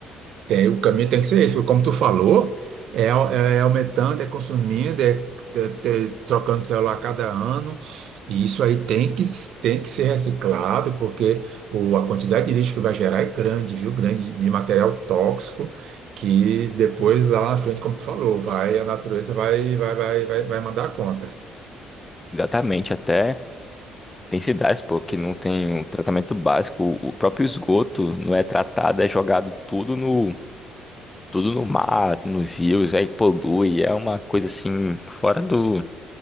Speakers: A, on the right; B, on the left.
A: Tem, o caminho tem que ser esse, porque como tu falou, é, au- é aumentando, é consumindo, é, é- é trocando celular a cada ano, e isso aí tem que, s- tem que ser reciclado, porque o, a quantidade de lixo que vai gerar é grande, viu? Grande de material tóxico, que depois lá na frente, como tu falou, vai, a natureza vai, vai, vai, vai, vai mandar a conta.
B: exatamente, até tem cidades, pô, que não tem o tratamento básico. O, o próprio esgoto não é tratado, é jogado tudo no, tudo no mar, nos rios, aí polui. É uma coisa assim, fora do.